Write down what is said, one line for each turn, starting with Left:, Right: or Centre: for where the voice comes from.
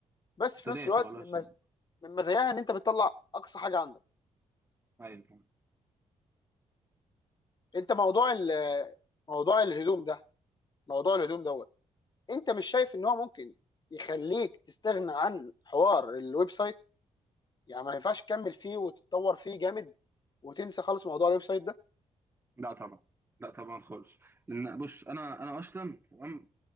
Left: بس
Right: ابتديت
Left: في نفس الوقت
Right: خلاص
Left: من
Right: أه.
Left: من مراياها ان انت بتطلع اقصى حاجه عندك
Right: ايوه فاهم.
Left: انت موضوع ال- موضوع الهدوم ده موضوع الهدوم دوت انت مش شايف ان هو ممكن يخليك تستغنى عن حوار الويب سايت يعني ما ينفعش تكمل فيه وتتطور فيه جامد وتنسى خالص موضوع الويب سايت ده
Right: لا طبعا لا طبعا خالص لان بص انا انا اصلا تمام